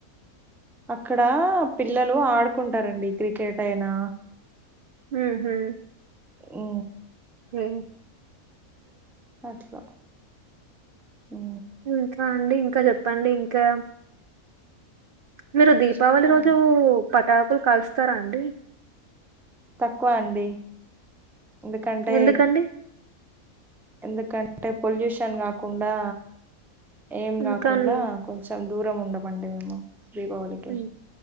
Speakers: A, in the centre; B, on the right (about 75°).
A: అక్కడా పిల్లలు ఆడుకుంటారండి క్రికెట్ అయినా
B: హు హు
A: ఊ
B: హే
A: అట్ల ఊ
B: ఇంకా అండి ఇంక జప్పండి ఇంకా మీరు దీపావళి
A: చెప్పాలి
B: రోజు పటాక్ కుల్ కాలుస్తారా అండి
A: తక్కువ అండి ఎందుకంటే
B: ఎందుకండి?
A: ఎందుకన్ టే పొల్యూషన్ కాకుండా ఏం
B: హ్మ్.
A: గాకుండ
B: కానీ
A: కొంచం దూరం ఉండమండి మేము దీపావళికి
B: ఒయ్